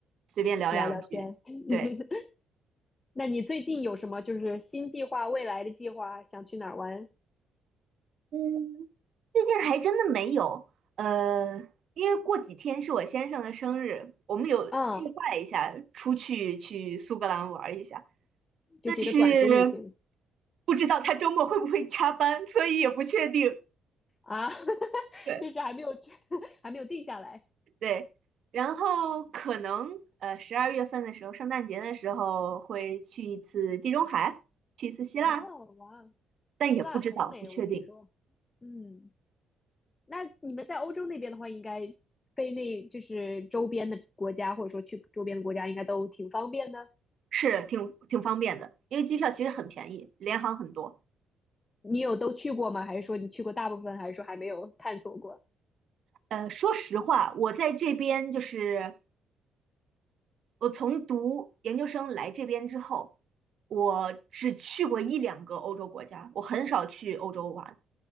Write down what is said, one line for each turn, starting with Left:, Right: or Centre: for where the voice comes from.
Right: 随便聊两句。
Left: 聊聊天。<laughs>
Right: 对，
Left: 那你最近有什么就是新计划、未来的计划，想去哪儿玩？
Right: 嗯，最近还真的没有，呃，因为过几天是我先生的生日，我们有计划一下出去去苏格兰玩一下，
Left: 嗯就是一个短途旅行
Right: 但是不知道他周末会不会加班，所以也不确定。
Left: 啊，<laughs>
Right: 对。
Left: 就是还没有 <laughs> 还没有定下来。
Right: 对，然后可能呃十二月份的时候，圣诞节的时候会去一次地中海，去一次希腊，
Left: 哦，哇，
Right: 但也不知道，
Left: 希腊很美，
Right: 不确定，
Left: 我听说。嗯，那你们在欧洲那边的话，应该飞那就是周边的国家，或者说去周边的国家，应该都挺方便的。
Right: 是挺挺方便的，因为机票其实很便宜，联航很多。
Left: 你有都去过吗？还是说你去过大部分，还是说还没有探索过？
Right: 呃，说实话，我在这边就是我从读研究生来这边之后，我只去过一两个欧洲国家，我很少去欧洲玩，